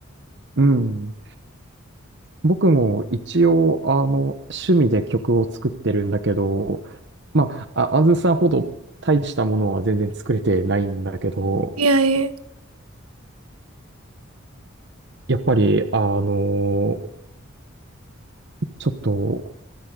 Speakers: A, on the right; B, on the right.
A: うん。僕も一応、あの、趣味で曲を作ってるんだけど、まあ、あ、あずさんほど大したものは全然作れてないんだけど、
B: いやいや、
A: やっぱり、あの、ちょっと